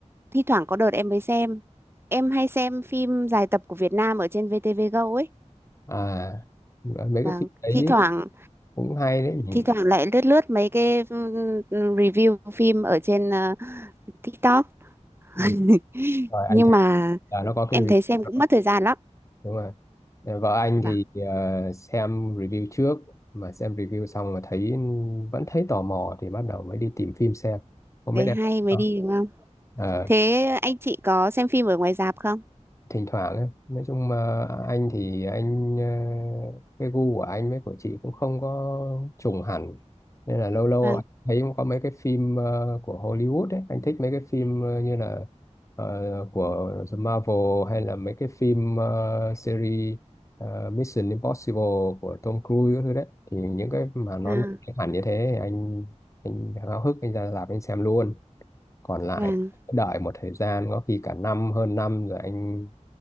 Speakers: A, on the right (about 20°); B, on the left (about 25°).
A: thi thoảng có đợt em mới xem em hay xem phim dài tập của Việt Nam ở trên VTV Go ấy
B: à mấy cái
A: vâng
B: phim đấy
A: thi Dạ. thoảng
B: cũng hay đấy nhỉ
A: thi thoảng lại lướt lướt mấy cái ừm, review phim ở trên ờ, TikTok
B: Ừ,
A: <laughs>
B: rồi
A: nhưng
B: anh thấy
A: mà
B: là nó có
A: em
B: cái review
A: thấy xem
B: đó
A: cũng mất thời gian lắm
B: đúng rồi Ờ, vợ anh
A: vâng
B: thì ờ, xem review trước mà xem review xong mà thấy vẫn thấy tò mò thì bắt đầu mới đi tìm phim xem không
A: thế
B: biết em
A: hay
B: có thấy
A: mới
B: không
A: đi đúng không
B: Ờ.
A: thế anh chị có xem phim ở ngoài rạp không
B: thỉnh thoảng ấy. nói chung mà anh thì anh ờ, cái gu của anh với của chị cũng không có trùng hẳn nên là lâu lâu
A: vâng
B: anh thấy có mấy cái phim ờ, của Hollywood ấy anh thích mấy cái phim ờ, như là ờ, của The Marvel hay là mấy cái phim ờ, series ờ, Mission Impossible của Tom Cruise các thứ đấy thì những cái mà nó
A: à,
B: nổi tiếng hẳn như thế thì anh anh háo hức anh ra rạp anh xem luôn còn lại
A: vâng
B: đợi một thời gian có khi cả năm hơn năm rồi anh